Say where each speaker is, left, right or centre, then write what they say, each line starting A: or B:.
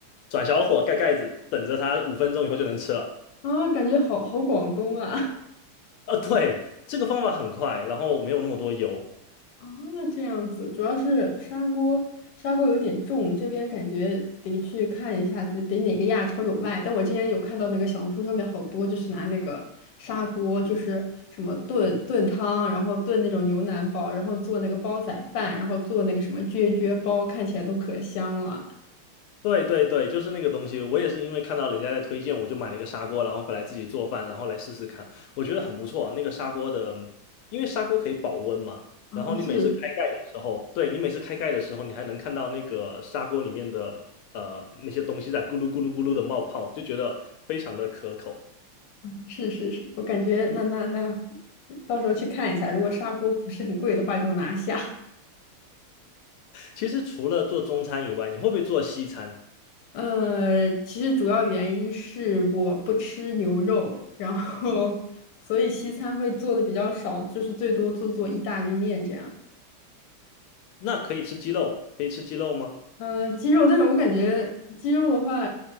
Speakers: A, on the left; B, on the left.
A: 转小火盖盖子，等着它五分钟以后就能吃了。
B: 啊，感觉好好广东啊！
A: 啊，对，这个方法很快，然后没有那么多油。
B: <laughs> 啊，这样子，主要是砂锅，砂锅有点重，这边感觉得去看一下，得得哪个亚超有卖。但我之前有看到那个小红书上面好多，就是拿那个砂锅，就是什么炖炖汤，然后炖那种牛腩煲，然后做那个煲仔饭，然后做那个什么啫啫煲，看起来都可香了。
A: 对对对，就是那个东西，我也是因为看到人家在推荐，我就买了一个砂锅，然后回来自己做饭，然后来试试看，我觉得很不错啊。那个砂锅的，因为砂锅可以保温嘛，
B: 啊，
A: 然后你每次开盖的时候，
B: 是
A: 对，你每次开盖的时候，你还能看到那个砂锅里面的呃那些东西在咕噜咕噜咕噜的冒泡，就觉得非常的可口。
B: 是是是，我感觉那那那，到时候去看一下，如果砂锅不是很贵的话，就拿下。
A: 其实除了做中餐以外，你会不会做西餐？
B: 呃，其实主要原因是我不吃牛肉，然后所以西餐会做的比较少，就是最多做做意大利面这样。
A: 那可以吃鸡肉，可以吃鸡肉吗？
B: 呃，鸡肉，但是我感觉鸡肉的话，